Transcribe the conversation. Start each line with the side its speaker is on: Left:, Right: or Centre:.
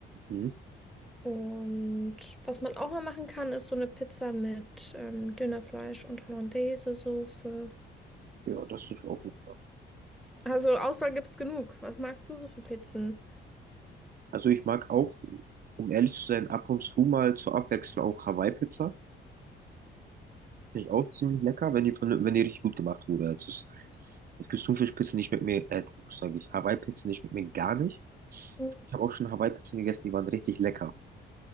Right: Mhm.
Centre: Und was man auch mal machen kann, ist so eine Pizza mit ähm, Dönerfleisch und Hollandaise-Soße.
Right: Ja, das ist auch lecker.
Centre: Also Auswahl gibt's genug. Was magst du so für Pizzen?
Right: Also ich mag auch, um ehrlich zu sein, ab und zu mal zur Abwechslung auch Hawaii-Pizza. Finde ich auch ziemlich lecker, wenn die, von, wenn die richtig gut gemacht wurde. Also es, es gibt Thunfischpizzen, die schmecken mir, äh, Thunfisch sage ich, Hawaii-Pizzen, die schmecken mir gar nicht.
Centre: Mm,
Right: Ich habe auch schon Hawaii-Pizzen gegessen, die waren richtig lecker.